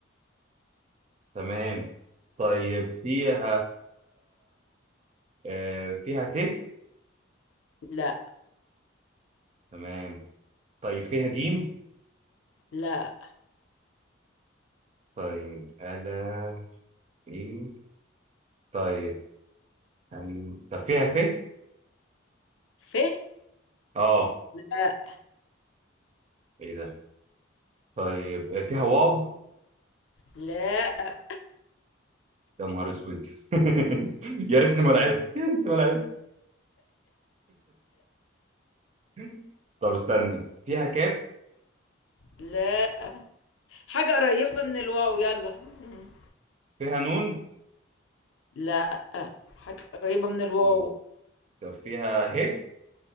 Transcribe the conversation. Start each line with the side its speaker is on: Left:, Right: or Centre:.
Right: تمام طيب فيها آه فيها ت
Left: لا
Right: تمام طيب فيها جيم
Left: لا
Right: طيب ألا إيه طيب أم- طب فيها ف
Left: ف
Right: اه
Left: لا
Right: ايه ده طيب آه، فيها واو
Left: لا
Right: يا نهار اسود <laughs> يا ريتني ما لعبت يا ريتني ما لعبت <laughs> طب استني فيها كاف
Left: لا حاجة قريبة من الواو يلا مم.
Right: فيها نون
Left: لا حاجة قريبة من الواو
Right: نون طب فيها ه